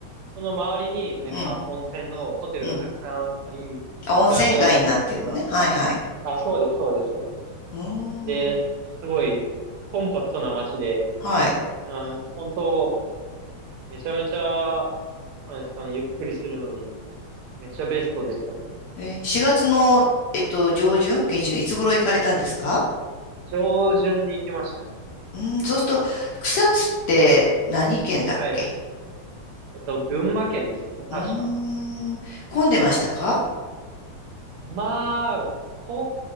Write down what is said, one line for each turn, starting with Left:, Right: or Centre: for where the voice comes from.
Right: その周りになんか温泉のホテルがたくさんあったり、
Left: うん、うん。あ、温泉街になってるのね。
Right: 日帰り温泉とか
Left: はいはい。
Right: が、あ、そうです、そうです、そうです。
Left: うー
Right: で、
Left: ん。
Right: すごいコンパクトな街で、
Left: はい。
Right: うん、本当、めちゃめちゃ、なんですかね、ゆっくりするのに、めっちゃベストでしたね。
Left: えー、4月の、えっと、上旬、下旬、いつ頃行かれたんですか
Right: 上旬に行きましたね。
Left: うーん、そうすると、草津って何県だっけ
Right: はい。何えっと、群馬県ですかね、確か。
Left: うーん。混んでましたか
Right: まあ、混